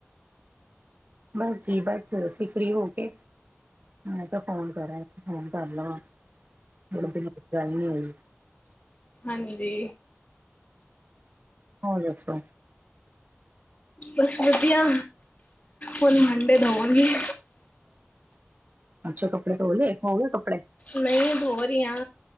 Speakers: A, on the right (about 40°); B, on the left (about 30°).
A: ਬਸ ਜੀ ਬੈਠੇ ਅਸੀਂ ਫਰੀ ਹੋ ਕੇ ਮੈਂ ਕਿਹਾ ਫੋਨ ਕਰਾਂ ਇਕ ਫੋਨ ਕਰ ਲਵਾ ਬੜੇ ਦਿਨ ਹੋਗੇ ਗੱਲ ਨੀ ਹੋਈ
B: ਹਾਂਜੀ
A: ਹੋਰ ਦੱਸੋ
B: ਬਸ ਵਧੀਆ ਹੁਣ ਮੰਡੇ ਧੋਵਾਂਗੀ
A: ਅੱਛਾ ਕੱਪੜੇ ਧੋਂਲੇ ਹੋਗੇ ਕੱਪੜੇ
B: ਨਹੀਂ ਧੋ ਰਹੀਆਂ